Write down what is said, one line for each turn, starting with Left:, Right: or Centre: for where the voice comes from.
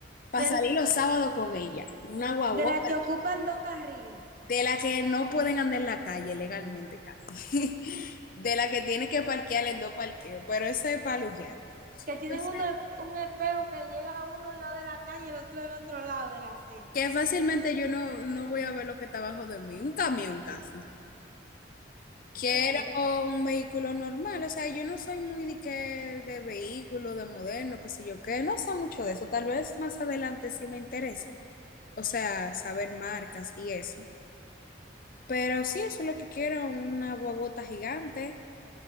Left: para
Right: Del,
Left: salir los sábados con ella. Una guagua
Right: de las que ocupan dos carriles,
Left: de la que no pueden andar en la calle legalmente casi. De la que tiene que parquear en dos parqueos, pero esa es para lujear.
Right: que tienen
Left: Yo sé
Right: uno, un espejo que llega a uno del lado de la calle y el otro del otro lado de la acera.
Left: que fácilmente yo no, no voy a ver lo que está abajo de mí, un camión casi. Quiero
Right: Ok,
Left: un vehículo normal, o sea, yo no soy muy de, que, de vehículo, de moderno, qué sé yo que no sé mucho de eso, tal vez más adelante sí me interese, o sea, saber marcas y eso, pero sí, eso es lo que quiero, una guagota gigante